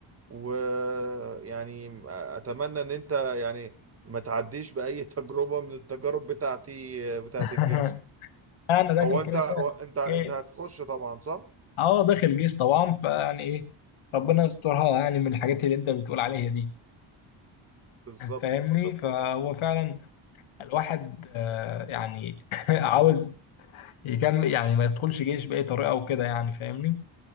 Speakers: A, on the right; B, on the left.
A: ويعني اتمنى ان انت يعني ما تعديش باي <laughs> تجربه من التجارب بتاعتي بتاعت
B: <laughs>
A: الجيش
B: أنا داخل
A: هو
B: كده
A: انت هو
B: كده
A: انت انت
B: جيش
A: هتخش طبعا صح
B: أه داخل جيش طبعا فيعني إيه ربنا
A: مم.
B: يسترها يعني من الحاجات اللي أنت بتقول عليها دي
A: بالظبط
B: فاهمني؟
A: بالظبط
B: فهو فعلا الواحد آه، يعني <laughs> عاوز يكمل يعني ما يدخلش جيش بأي طريقة وكده يعني فاهمني؟